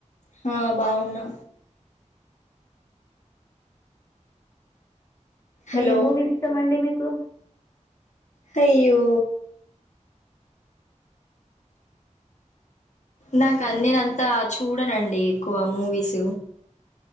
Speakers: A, on the left (about 70°); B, on the left (about 25°).
A: హా బాగున్నా హలో
B: ఏ మూవీ ఇష్టమండి మీకు?
A: తయ్యో నాకన్ నేనంత చూడనండి ఎక్కువ మూవీస్.